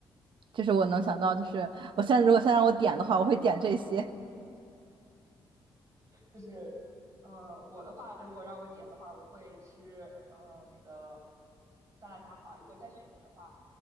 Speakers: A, on the right; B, on the right.
A: 就是我能想到，就是我现在如果现在让我点的话，我会点这些
B: 就是呃，我的话，如果让我点的话，我会吃呃那个酸辣虾滑。如果再选一个的话，